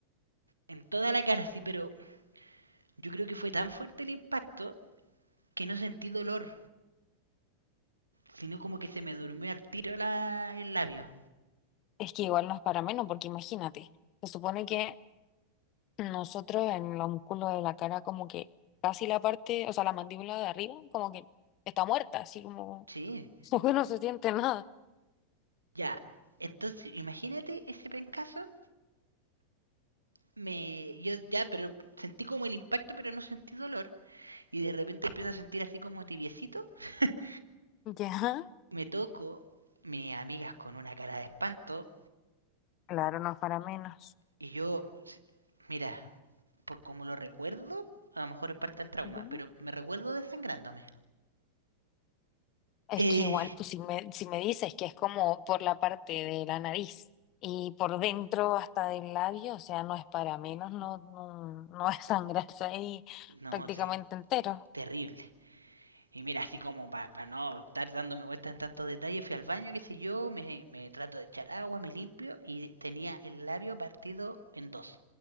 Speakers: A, on the right (about 80°); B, on the left (about 35°).
A: en toda la cara, así, pero yo creo que fue tan fuerte el impacto que no sentí dolor, sino como que se me durmió al tiro la, el labio.
B: es que igual no es para menos, porque imagínate, se supone que nosotros en los músculos de la cara como que casi la parte, o sea, la mandíbula de arriba como que está muerta, así como,
A: Sí,
B: <laughs> como que no se siente nada.
A: ya. Entonces, imagínate ese pencazo. Me, yo ya, pero sentí como el impacto, pero no sentí dolor. Y de repente empiezo a sentir así como tibiecito. <laughs>
B: ¿Ya?
A: me toco, mis amigas con una cara de espanto.
B: Claro, no es para menos.
A: Y yo, si- mira, por como lo recuerdo, a lo mejor es parte del trauma,
B: ¿Ya?
A: pero me recuerdo desangrándome.
B: Es
A: Eh,
B: que igual, pues si me, si me dices que es como por la parte de la nariz y por dentro hasta del labio, o sea, no es para menos, no, no, no <laughs> va a sangrarse ahí
A: no,
B: prácticamente
A: te-
B: entero.
A: terrible. Y mira, así como para no estar dándome vueltas en tantos detalles, fui al baño, qué sé yo, me, me trato de echar agua, me limpio y tenía el labio partido en dos,